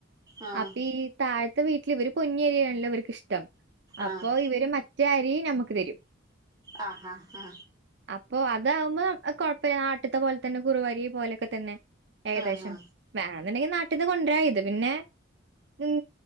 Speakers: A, on the right; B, on the right.
A: ആഹ്
B: അപ്പൊ ഈ താഴത്തെ വീട്ടിൽ ഇവര് പൊന്നിരിയാണല്ലോ ഇവക്ക് ഇഷ്ടം അപ്പൊ
A: ആഹ്
B: ഇവര് മറ്റെ അരി നമുക്ക് തരും
A: ആഹ ഹാ ഹാ
B: അപ്പൊ അതാകുമ്പോ കുഴപ്പമില്ല നാട്ടത്തെ പോലെ തന്നെ കുറുുവരി പോലെയൊക്കെ തന്നെ ഏകദേശം
A: ആഹാ
B: വേണെന്നുണ്ടെങ്കിൽ നാട്ടിൽന്ന് കൊണ്ടര ഇത് പിന്നെ ഉം